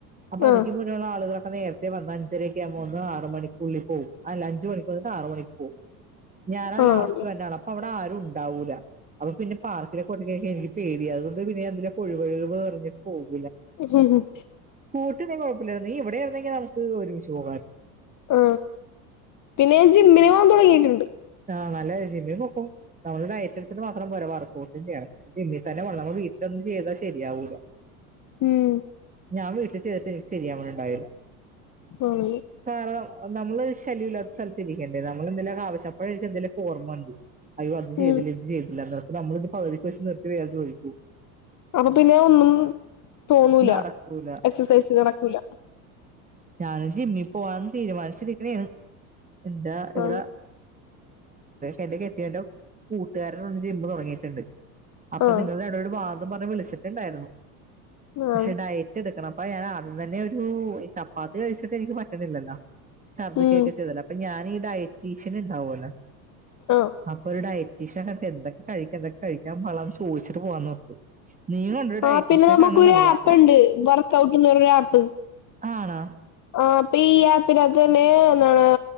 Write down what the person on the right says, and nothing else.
അപ്പൊ അതക്ക്
മുന്നുള്ള ആളുകളെ നേരത്തെ വന്ന അഞ്ചരൊക്ക ആകുമ്പോ ഒന്ന് ആറ് മണിക്കുള്ളി പോകും അഞ്ച് മണി വന്നിട്ട് ആറ് മണിക്ക് പോകവും ഞാന
ലാസ് അപ്പൊ അവിടെ ആരും ഉണ്ടാവൂല. അപ്പൊ പിന്നെ പാർക്കിലെ കൊട്ടൊക്കെ എനിക്ക് പേടി അതുകൊണ്ട് പിന്നെ അതിന്റെ കൊഴപഴുക് പറഞ്ഞ് പോകും.
കൂട്ടി കുഴപ്പില്ലരുന്നു നീ ഇവിടെ ആരുന്നെങ്കി നമുക്ക് ഒരുമിച്ച് പോകായി
ആഹ് നല്ല ജിമ്മിൽ പോക്കോ നമ്മള് ഡയറ്റ് എടുത്തിട്ട് മാത്രം പോ വർക്കഔട്ടും ചെയ്യണം. ജിമ്മിൽ തന്നെ നമ്മ വീട്ടിൽ ചെയ്ത ശ രിയാവുല്ല.
ഞാൻ വീട്ടിൽ ചേട്ട എനിക്ക് ശരിയാ ഉണ്ടാവില്ല.
കാരണം നമ്മള് ശല്യമല്ലാത്ത സ്ഥലത്തി ഇരിക്കേണ്ടേ നമ്മളന്തെലും ആശപ്പഴായിരിക്ക എന്തെലും ഓർമ ഉണ്ടും. അയ്യോ അത് ചെയ്തില്ല
ഇത് ചെയ്തില്ല എന്ന നമ്മള ഒരു പകതിക്ക്ച്ച് നിർത്തി വയയാ ചോലും
നടക്കൂല
ഞാന് ജിമ്മി പോവാന്ന് തീരുമാനിച്ചിരിക്കണാണ്. എന്താ ഇവിട
എന്റെ കെട്ടിയെൻ്റെ കൂട്ടുകാരൻ ഒരു ജിമ്മ് തുടങ്ങിയിട്ടുണ്ട്. അപ്പൊ
നിങ്ങളുടെ അവിടെ ഒരു വാദം പറഞ്ഞ് വിളിച്ചിട്ടുണ്ടായിരുന്നു.
പക്ഷെ ഡയറ്റ് എടുക്കണം. അപ്പൊ ഞാൻ അദ്യം തന്നെ ഒരു ചപ്പാത്തി കഴിച്ചിട്ട് എനിക്ക് പറ്റണില്ലല്ലോ. ശർദിക്കൊക്കെ
ചെയ്തല്ല അപ്പൊ ഞാനി ഈ ഡയറ്റീഷണ ഇണ്ടാവുല്ലോ
അപ്പൊ ഒരു ഡയ <unintelligible> എന്തൊക്കെ കഴിക്ക എതൊക്കെ കഴിക്ക പാടില്ലാന്ന് ചോദിച്ചിട്ട് പോവാന്നോർത്ത്. നീ കണ്ടു ഡയറ്റീഷന
കാണാൻ നല്ലതാ.
ആണ.